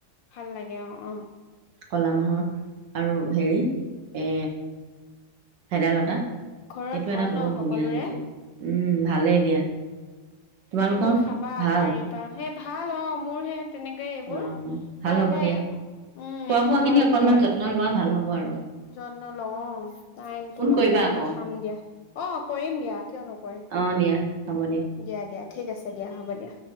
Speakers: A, on the left (about 70°); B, on the right (about 60°).
A: ভাল লাগে অ অ
B: কলা মাহৰ আৰু হেৰি এ ভেদাইলতা
A: ঘৰত
B: সেইটো
A: ভাল
B: এটা বহুত
A: ন সকলোৰে
B: ধুনীয়া জুতি উম ভালেই দিয়া তোমালোকৰ
A: এইবোৰ খাবা
B: ভাল
A: পাৰিবা সেই ভাল অ মোৰ সে তেনেকয় এইবোৰ
B: অ ভাল
A: লাহে
B: হ'ব
A: লাহে
B: দিয়া
A: উম
B: খোৱা বোৱা
A: খাব
B: খিনি
A: লাগিব
B: অকনমান
A: আৰু
B: যত্ন লোৱা ভাল হ'ব আৰু
A: যত্ন লওঁ অ নাইন
B: ফোন
A: তুলসী
B: কৰিবা
A: আৰু
B: আকৌ
A: সেইটো খাম দিয়া অ কৰিম দিয়া কিয় নকৰিম
B: অ দিয়া হ'ব
A: দিয়া দিয়া ঠিক আছে দিয়া হ'ব দিয়া